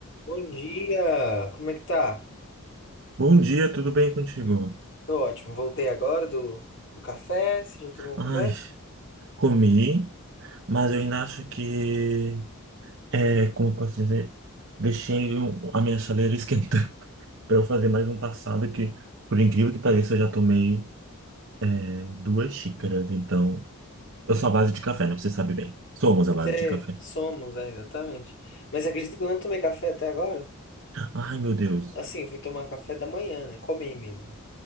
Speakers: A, on the left (about 55°); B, on the right (about 55°).
A: Bom dia! Como é que tá?
B: Bom dia, tudo bem contigo?
A: Tô ótimo. Voltei agora do, do café. Você já tomou um
B: Ai,
A: café?
B: comi, mas eu ainda acho que, é, como eu posso dizer, deixei o- a minha chaleira esquentando <laughs> para eu fazer mais um passado que, por incrível que pareça, eu já tomei, é, duas xícaras, então... Eu sou à base de café, né? Você sabe bem. Somos à base
A: Você,
B: de café.
A: somos, é, exatamente. Mas acredito que eu não tomei café até agora.
B: Ai, meu Deus.
A: Assim, eu fui tomar café da manhã, né? Comi mesmo.